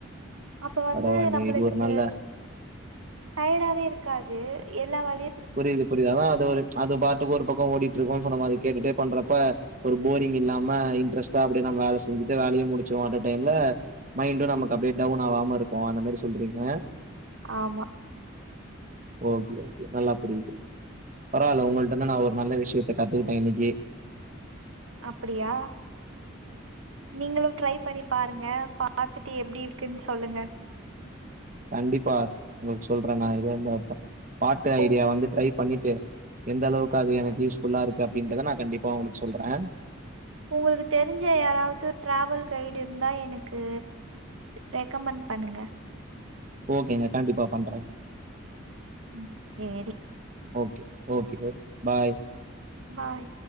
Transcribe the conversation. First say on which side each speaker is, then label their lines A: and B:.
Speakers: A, on the right; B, on the right.
A: அப்ப வந்து
B: பரவாயில்லயே
A: நம்பளுக்கு
B: இது ஒரு நல்ல
A: டயர்டாவே இருக்காது எல்லா வால
B: புரியிது புரியிது அதா அது ஒரு அது பாட்டுக்கு ஒரு பக்கொ ஓடிட்ருக்கு இப்ப நம்ம அத கேட்டுட்டே பண்றப்ப ஒரு போரிங் இல்லாம இன்ட்ரெஸ்டா அப்டியே நம்ம வேல செஞ்சுட்டு வேலயு முடுச்சிருவொ அட்ட டைம்ல மைண்டு நமக்கு அப்டியே டவுன் ஆவாம இருக்கு அந்த மாரி சொல்றீங்க
A: ஆமா
B: ஓகே ஓகே நல்லா புரியிது பரவால்ல ஒங்கள்ட்டந்து நா ஒரு நல்ல விஷயத்த கத்துக்கிட்டே இன்னக்கி
A: அப்பிடியா நீங்களு ட்ரை பண்ணி பாருங்க பாத்துட்டு எப்டி இருக்குன் சொல்லுங்க
B: கண்டிப்பா உங்களுக்கு சொல்றே நா இத இந்தப்ப பாட்டு
A: உங்
B: ஐடியா வந்து ட்ரை பண்ணி ட்டு எந்த அளவுக்கு அது எனக்கு யூஸ்ஃபுல்லா இருக்கு அப்டின்றத நா கண்டிப்பா உங்களுக்கு சொல்றே
A: உங்களுக்கு தெருஞ்ச யாராவது டிராவல் கைடு இருந்தா எனக்கு ரெக்கமெண்ட் பண்ணுங்க
B: ஓகேங்க கண்டிப்பா பண்றேங்க
A: ம் சேரி
B: ஓகே ஓகே ஓகே பாய்
A: பாய்